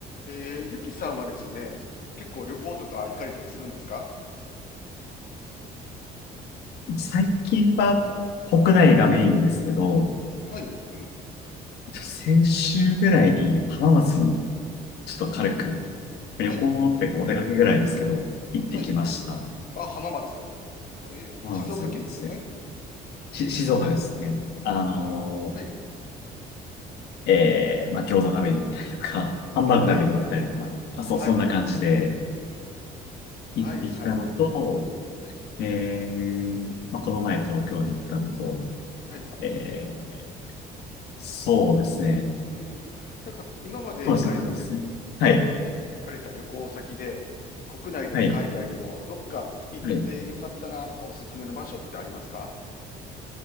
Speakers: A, on the left; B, on the left.
A: えー、ゆきさんはですね、結構旅行とか行かれたりするんですか
B: 最近は国内がメインですけど、
A: はい、うん、
B: 先週ぐらいに浜松にちょっと軽く旅行っていうかお出かけぐらいですけど、
A: はい、
B: 行ってきました。
A: はい。あ、浜松。はえー、
B: 浜松にですね。
A: 静岡県ですよね。
B: し、静岡ですね。
A: うん、
B: あの
A: はい、
B: ー、えー、まあ、餃子食べに行ったりとか、ハンバーグ食べに行ったりとか、
A: はい、はい、
B: まあ、そう、
A: はい、
B: そんな感じで
A: はい、
B: 行ってきたのと、
A: はい、うん、
B: えー、まあ、この前東京に行ったのと、
A: はい、
B: えー、そうですね。
A: うん。なんか、今まで行かれた旅、
B: そうです、そうですね。はい、
A: 行かれた旅行先で、国内でも海外でも、
B: はい、
A: どっか行ってよかったなとか、
B: はい。
A: おすすめの場所ってありますか